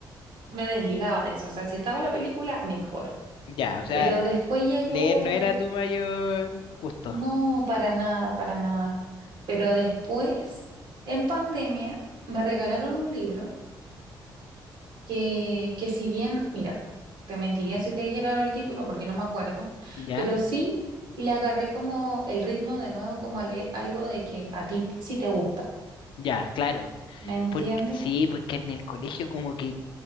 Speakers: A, on the right (about 65°); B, on the left (about 80°).
A: me desligaba de eso. O sea, si estaba la película, mejor.
B: Ya, o sea,
A: Pero después llegó,
B: leer no era tu mayor gusto.
A: no, para nada, para nada. Pero después, en pandemia, me regalaron un libro que, que si bien, mira, te mentiría si te dijera ahora el título porque no me acuerdo,
B: ¿Ya?
A: pero sí le agarré como el ritmo de nuevo, como a leer algo de que a ti sí te gusta,
B: Ya, claro.
A: ¿me entiendes?
B: Porque, sí, porque en el colegio como que